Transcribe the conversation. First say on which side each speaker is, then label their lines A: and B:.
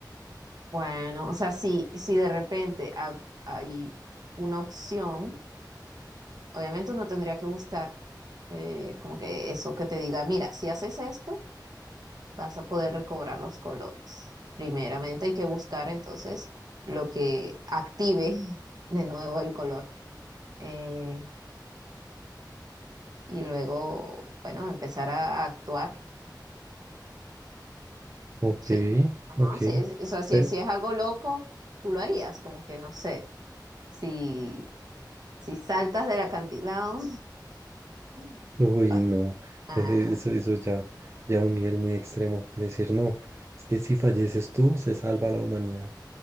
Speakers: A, on the right; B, on the right.
A: Bueno, o sea, si, si de repente ha- hay una opción, obviamente uno tendría que buscar eh, como que eso que te diga, mira, si haces esto, vas a poder recobrar los colores. Primeramente hay que buscar entonces lo que active <laughs> de nuevo el color. Eh, y luego, bueno, empezar a actuar.
B: Ok,
A: Sí, ajá,
B: ok.
A: sí, es- o sea, si,
B: Pe-
A: si es algo loco, tú lo harías, como que no sé, si, si saltas del acantilado, <laughs>
B: Uy, no,
A: ah,
B: ese- eso, eso ya, ya un nivel muy extremo. Decir, no, es que si falleces tú, se salva la humanidad.